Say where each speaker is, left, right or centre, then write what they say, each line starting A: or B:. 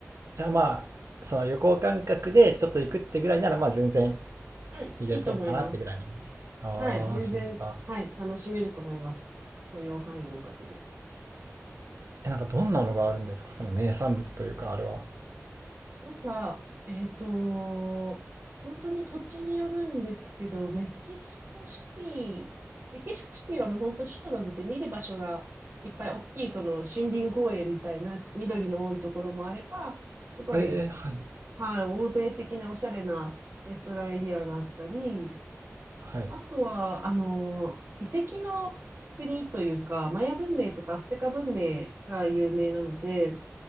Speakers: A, on the right; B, on the right.
A: じゃあまあ、その旅行感覚でちょっと行くってぐらいなら、まあ全然
B: うん、
A: 行けそうかなってぐらいなんですね。
B: いいと思います。
A: ああ、
B: はい、全然、
A: 安心した。
B: はい、楽しめると思います。許容範囲のおかげで。
A: え、なんかどんなのがあるんですかその名産物というか、あれは。
B: なんか、えっと、本当に土地によるんですけど、メキシコシティ、メキシコシティはもう本当首都なので見る場所がいっぱい大きいその森林公園みたいな緑の多いところもあれば、すごい、
A: ええはい。
B: はい、欧米的なおしゃれなレストランエリアがあったり、
A: はい。
B: あとは、あの、遺跡の国というか、マヤ文明とかアステカ文明が有名なので、